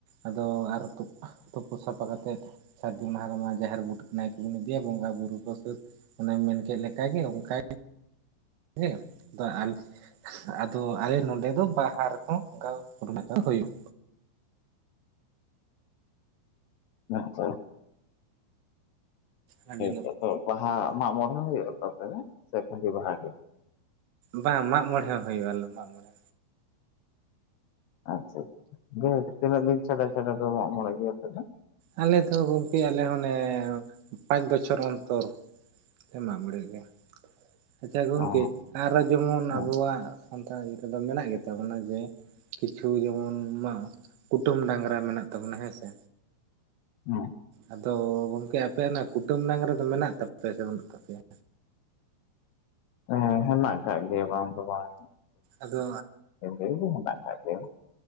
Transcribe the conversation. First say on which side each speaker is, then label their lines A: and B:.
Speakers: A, on the right; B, on the left.
A: ᱟᱫᱚ ᱟᱨ ᱛᱩᱯ ᱛᱩᱯᱩ ᱥᱟᱯᱷᱟ ᱠᱟᱛᱮᱫ ᱥᱟᱹᱨᱫᱤ ᱢᱟᱦᱟ ᱨᱮᱢᱟ ᱡᱟᱦᱮᱨ ᱵᱩᱴ ᱱᱟᱭᱠᱮ ᱵᱚᱱ ᱤᱫᱤᱭᱟ ᱵᱚᱸᱜᱟ ᱵᱩᱨᱩ ᱥᱟᱹᱫ ᱚᱱᱟ ᱢᱮᱱ ᱠᱮᱫ ᱞᱮᱠᱟᱜᱮ ᱚᱱᱠᱟ ᱦᱮᱸ ᱟᱢ <unintelligible> ᱟᱫᱚ ᱟᱞᱮ ᱱᱚᱰᱮ ᱫᱚ ᱵᱟᱦᱟ ᱨᱮᱦᱚᱸ ᱚᱱᱠᱟ ᱠᱩᱨᱩᱢᱩᱴ ᱦᱩᱭᱩᱜᱼᱟ
B: ᱟᱪᱪᱷᱟ
A: ᱟᱹᱰᱤ
B: ᱡᱮ ᱵᱟᱦᱟ ᱢᱟᱜᱽ ᱢᱚᱬᱮ ᱦᱚ ᱦᱩᱭᱩᱜ -ᱟ ᱛᱚ ᱥᱮ ᱠᱷᱟᱞᱤ ᱵᱟᱦᱟᱜᱮ
A: ᱵᱟᱝ ᱢᱟᱜᱽ ᱢᱚᱬᱮ ᱦᱩᱭᱩᱜ ᱟᱞᱚ ᱢᱟᱜᱽ ᱢᱚᱬᱮ
B: ᱟᱪᱪᱷᱟ ᱵᱮᱥ ᱛᱤᱱᱟᱹᱜ ᱫᱤᱱ ᱪᱷᱟᱰᱟ ᱪᱷᱟᱰᱟ ᱯᱮ ᱢᱟᱜ ᱢᱚᱬᱮ ᱜᱮᱭᱟ ᱟᱯᱮ ᱫᱚ
A: ᱟᱞᱮ ᱫᱚ ᱜᱚᱝᱠᱮ ᱟᱞᱮ ᱦᱚᱱᱮ ᱯᱟᱸᱪ ᱵᱚᱪᱷᱚᱨ ᱚᱱᱛᱚᱨ ᱢᱟᱜᱽ ᱢᱚᱬᱮ ᱜᱮᱭᱟ ᱟᱪᱪᱷᱟ ᱜᱚᱝᱠᱮ
B: ᱚ
A: ᱟᱨᱦᱚ ᱡᱮᱢᱚᱱ
B: ᱦᱚᱸ
A: ᱟᱵᱚᱣᱟᱜ ᱥᱟᱱᱛᱟ ᱤᱭᱟᱹ ᱨᱮᱫᱚ ᱢᱮᱱᱟᱜ ᱜᱮ ᱛᱟᱵᱚᱱᱟ ᱡᱮ ᱠᱤᱪᱷᱩ ᱡᱮᱢᱚᱱ ᱢᱟᱜ ᱠᱩᱴᱟᱹᱢ ᱰᱟᱝᱨᱟ ᱢᱮᱱᱟᱜ ᱛᱟᱵᱚᱱᱟ ᱦᱮᱸ ᱥᱮ
B: ᱦᱩᱸ
A: ᱟᱫᱚ ᱜᱚᱝᱠᱮ ᱟᱯᱮᱭᱟᱜ ᱚᱱᱟ ᱠᱩᱴᱟᱹᱢ ᱰᱟᱸᱝᱨᱟ ᱫᱚ ᱢᱮᱱᱟᱜ ᱛᱟᱯᱮᱭᱟ ᱥᱮ ᱵᱟᱹᱱᱩᱜ ᱛᱟᱯᱮᱭᱟ
B: ᱦᱮᱸ ᱦᱮᱱᱟᱜ ᱠᱟᱜ ᱜᱮᱭᱟ ᱵᱟᱝ ᱫᱚ ᱵᱟᱝ
A: ᱟᱫᱚ
B: ᱦᱮᱱᱟᱜ ᱠᱟᱜ ᱜᱮᱭᱟ